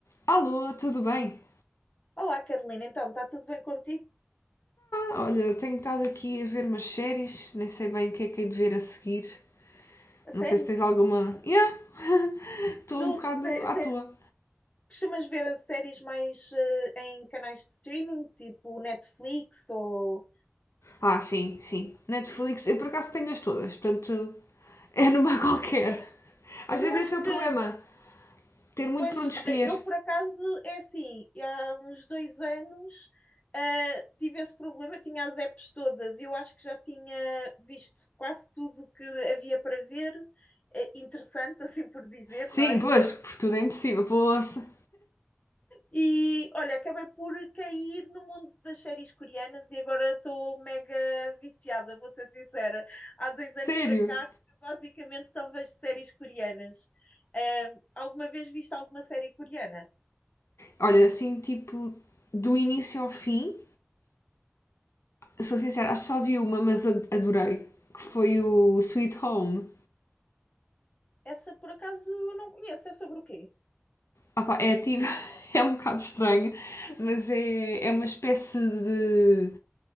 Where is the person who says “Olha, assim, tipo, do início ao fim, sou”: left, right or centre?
Left